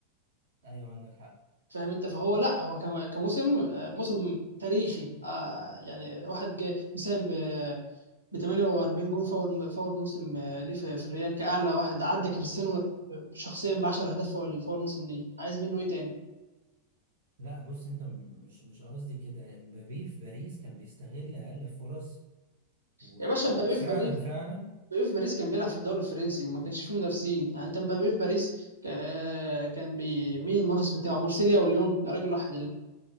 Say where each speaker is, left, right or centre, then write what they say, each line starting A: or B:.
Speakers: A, on the right; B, on the right.
A: ايوه عندك حق
B: فاهم انت فهو لا هو كم- كموسم آه، موسم تاريخي آه، يعني واحد جه مساهم ب ب 48 جون فاول فاول موسم آه، ليه في في الريال كاعلى واحد عدى كريستيانو آه، شخصيا ب 10 اهداف فاول فاول موسم ليه عايز منه ايه تاني
A: لا بص انت م- مش مش قصدي كده امبابي في باريس كان بيستغل اقل فرص و...
B: يا باشا مبابي
A: وفعلا
B: في باريس
A: فعلا
B: مبابي في باريس كان بيلعب في الدوري الفرنسي وما كانش فيه منافسين يعني انت مبابي في باريس ك- آه، كان بي... مين المنافس بتاعه مارسيليا وليون يا راجل واحد